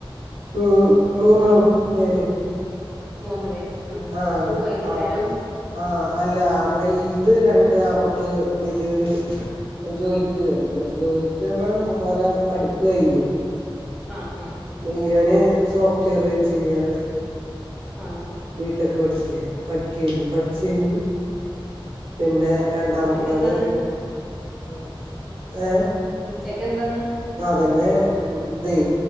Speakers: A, on the right; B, in the centre.
A: മു മൂന്ന് പേര്
B: മൂന്ന് പേര് ഉം
A: ആഹ്
B: സ്കൂൾ പോയിലേ
A: ആഹ്
B: എല്ലാരും
A: ആഹ് അല്ല വലുത് രണ്ട് ആമക്കള് വലിയൊര് ജോലിക്ക് കയറിന്ന് ജോലിക്ക് പറഞ്ഞാൽ ഓരെ പഠിപ്പ് കഴിഞ്ഞു
B: ആഹ് ഉം
A: വല്യോന് സോഫ്റ്റ്‌വെയർ എഞ്ചിനീയറ്
B: ആഹ്
A: ബി ടെക് പഠിക്ക പഠിക്കായിരുന്നു പഠിച്ചു കഴിഞ്ഞു പിന്നെ രണ്ടാമത്തവന്
B: ഉച്ചക്ക് എന്താന്ന്
A: ആഹ് ഏഹ്
B: ഉച്ചക്ക് എന്തന്ന്
A: അതന്നെ ഇതേ